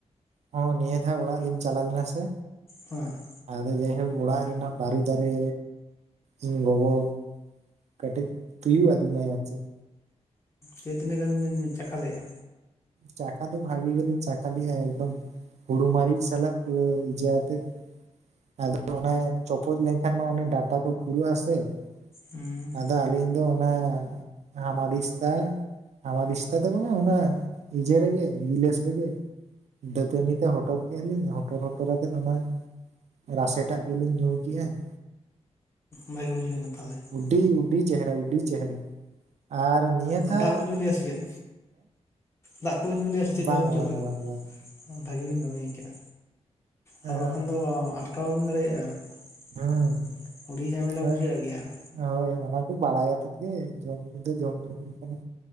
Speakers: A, on the right (about 70°); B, on the left (about 25°).
A: ᱦᱚᱸ ᱱᱤᱭᱟᱹ ᱫᱷᱟᱣ ᱚᱲᱟᱜ ᱞᱤᱧ ᱪᱟᱞᱟᱣ ᱞᱮᱱᱟ ᱥᱮᱼᱼ
B: ᱦᱚᱸ <unintelligible>
A: ᱟᱫᱚ ᱡᱟᱭᱦᱳᱠ ᱚᱲᱟᱜ ᱨᱮᱱᱟᱜ ᱵᱟᱨᱩ ᱫᱟᱨᱮ, ᱤᱧ ᱜᱚᱜᱚᱼᱼ ᱠᱟᱹᱴᱤᱡ ᱛᱤᱭᱩᱜ ᱟᱫᱤᱧᱟᱭ ᱟᱨ ᱪᱮᱫᱼᱼ
B: ᱡᱮ ᱛᱤᱱᱟᱹᱜ ᱜᱟᱱ ᱵᱤᱱ ᱪᱟᱠᱷᱟ ᱞᱮᱫᱼᱟ?
A: ᱪᱟᱠᱷᱟ ᱫᱚ ᱵᱷᱟᱜᱤ ᱜᱮ ᱞᱤᱧ ᱪᱟᱠᱷᱟ ᱞᱮᱜᱼᱟ ᱮᱠᱫᱚᱢ ᱾ ᱦᱩᱲᱩ ᱢᱟᱹᱨᱤᱪ ᱥᱟᱞᱟᱜ ᱯᱩᱨᱟᱹ ᱡᱟᱛᱮ ᱟᱫᱚ ᱚᱱᱟ ᱪᱚᱯᱚᱡ ᱞᱮᱱᱠᱷᱟᱱ ᱢᱟ ᱚᱱᱟ ᱰᱟᱴᱟ ᱠᱚ ᱠᱷᱩᱨᱩᱜ ᱟᱥᱮ ᱾
B: ᱦᱩᱸ
A: ᱟᱫᱚ ᱟᱹᱞᱤᱧ ᱫᱚ ᱚᱱᱟ, ᱦᱟᱢᱟ ᱫᱤᱥᱛᱟ ᱦᱟᱢ ᱫᱤᱥᱛᱟ ᱫᱚ ᱵᱟᱝ ᱚᱱᱟᱼᱼ ᱮᱡᱮ ᱨᱮᱜᱮ ᱜᱤᱞᱟᱹᱥ ᱨᱮᱜᱮ ᱾ ᱫᱟᱹᱛᱟᱹᱱᱤ ᱛᱮ ᱦᱚᱴᱚᱨ ᱠᱮᱫ ᱟᱞᱤᱧ ᱦᱚᱴᱚᱨ ᱦᱚᱴᱚᱨ ᱦᱟᱛᱮᱫ ᱚᱱᱟ ᱾ ᱨᱟᱥᱮᱴᱟᱜ ᱜᱮᱞᱤᱧ ᱧᱩ ᱠᱮᱜᱼᱟ ᱾
B: ᱵᱷᱟᱜᱮ ᱵᱩᱡᱷᱟᱹᱣᱮᱱᱟ ᱛᱟᱦᱚᱞᱮ ᱾
A: ᱟᱹᱰᱤ ᱟᱹᱰᱤ ᱪᱮᱦᱮᱨᱟ ᱟᱹᱰᱤ ᱪᱮᱦᱮᱨᱟ, ᱟᱨ ᱱᱤᱭᱟᱹ ᱫᱷᱟᱣᱼᱼ
B: ᱟᱨ ᱫᱟᱜ ᱵᱤᱱ ᱧᱩ ᱞᱮᱜᱼᱟ ᱥᱮ ᱪᱮᱫ ᱫᱟᱜ ᱠᱚ ᱧᱩ ᱞᱮᱭᱟ ᱥᱮ ᱪᱮᱫ
A: ᱵᱟᱝᱟ
B: ᱡᱚᱢ ᱢᱩᱪᱟᱹᱫ
A: ᱵᱟᱝᱟ
B: ᱨᱮ?
A: ᱵᱟᱝᱟ ᱵᱟᱝᱟ
B: ᱵᱷᱟᱹᱜᱤ ᱵᱤᱱ ᱠᱟᱹᱢᱤᱭᱟᱠᱟᱜᱼᱟ,
A: ᱮᱸ
B: ᱟᱨ ᱵᱟᱠᱷᱟᱱ ᱫᱚ ᱟᱴᱠᱟᱣ ᱵᱟᱵᱤᱱ ᱫᱟᱲᱮᱭᱟᱜᱼᱟ
A: ᱦᱩᱸ
B: ᱾ ᱩᱰᱤ ᱡᱷᱟᱢᱮᱞᱟ
A: ᱦᱮᱸ
B: ᱵᱩᱡᱷᱟᱹᱜ ᱜᱮᱭᱟ ᱾
A: ᱦᱳᱭ ᱚᱱᱟ ᱠᱚ ᱵᱟᱲᱟᱭ ᱟᱛᱮᱫ ᱜᱮ ᱡᱚᱢ ᱧᱩ ᱫᱚ ᱡᱚᱢ ᱧᱩ ᱦᱩᱭ ᱠᱟᱱᱟ᱾